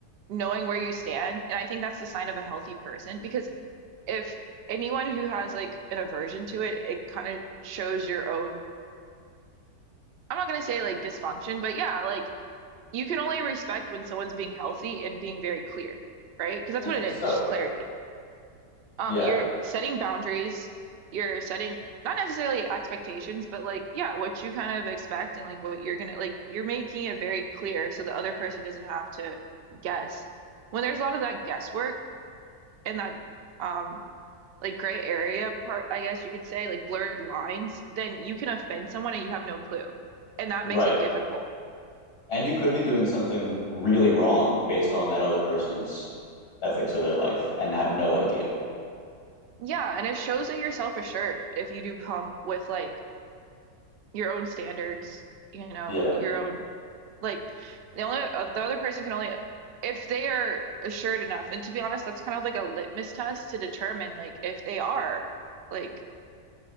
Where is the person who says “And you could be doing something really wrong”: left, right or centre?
Left